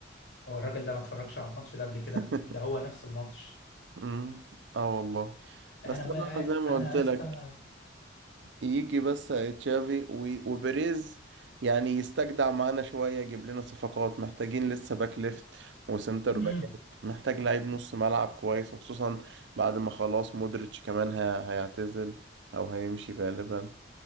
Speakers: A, on the left; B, on the right.
A: هو الراجل ده ما اتفرجش على الماتش ده قبل كده
B: <laughs>
A: ده هو نفس الماتش
B: امم اه والله بس
A: انا واقع
B: انا زي ما
A: انا
B: قلت
A: يا اسطى
B: لك يجي بس تشافي و- وبيريز يعني يستجدع معانا شوية يجيب لنا صفقات محتاجين لسه باك ليفت وسنتر
A: مم.
B: باكات محتاج لعيب نص ملعب كويس وخصوصا بعد ما خلاص مودريتش كمان ه- هيعتزل أو هيمشي غالبا